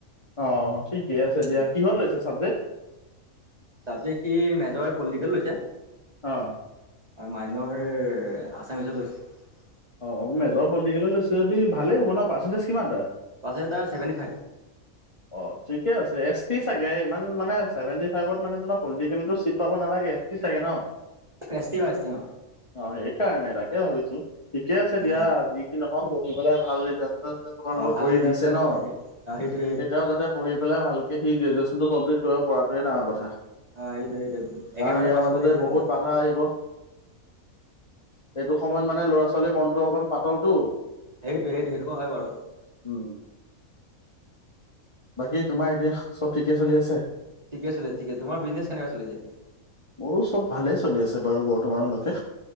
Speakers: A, on the left; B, on the right.
A: অ ঠিকে আছে দিয়া
B: উম
A: কিহৰ লৈছে ছাবজেক্ট।
B: ছাবজেক্ট সি মেজৰ পলিটিকেল লৈছে।
A: অ
B: আৰু মাইনৰ আচামিছত লৈছে।
A: অঁ মেজৰ পলিটিকেললে লৈছে যদি ভালেই হ'ব ন পাৰ্চেণ্টজ কিমান তাৰ।
B: পাৰ্চেণ্টিজ তাৰ ছেভেণ্টি ফাইভ
A: অ ঠিকে আছে এছ টি চাগে ইমান মানে চেভেনটি ফাইভত মানে তোমাৰ পলিটিকেলটো চিট পাব নালাগে হে এপটো চাগে ন
B: এছ টি অ এছ টি অ
A: অ সেইকাৰণে তাকে ভাবিছো ঠিকে আছে দিয়া
B: উম
A: যি কি নহওঁ পঢ়ি পেলাই ভাল ৰিজাল্ট এটা যে তোমালোকক
B: অ ভাল
A: কৰি
B: ৰিজাল্ট
A: দিছে
B: দিলে
A: ন
B: অ সেইটো
A: তেতিয়াওতে পঢ়ি পাই ভালকে সি গ্ৰেজুৱ্যেচনতো কমপ্লিট কৰিব পৰাটোৱে ডাঙৰ কথা। কাৰণ
B: অ সেইটোৱে সেইটোৱে একেবাৰতে
A: ইয়াৰ
B: পাছ
A: মাজতে
B: কৰিলে সেইটোৱে
A: বহুত
B: ভাল
A: বাধা আহিব এইটো সময়ত মানে ল'ৰা ছোৱালীৰ মনটো অকণ পাতলটো।
B: সেইটোৱে সেইটোয়ে সেইটো কথা হয় বাৰু
A: উম বাকী তোমাৰ এতিয়া চব ঠিকে চলি আছে
B: ঠিকে চলি ঠিকে তোমাৰ বিজনেছ কেনেকুৱা চলি আছে এতিয়া।
A: মোৰো চব ভালেই চলি আছে বাৰু বৰ্তমানলৈকে।